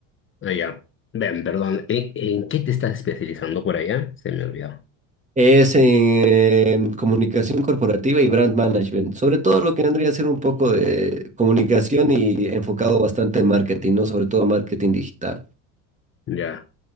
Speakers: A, on the left; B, on the right.
A: Allá. Ven, perdón, ¿en, en qué te estás especializando por allá? Se me olvidó.
B: Es en comunicación corporativa y brand management, sobre todo lo que vendría a ser un poco de comunicación y enfocado bastante en marketing, ¿no? Sobre todo marketing digital.
A: Ya,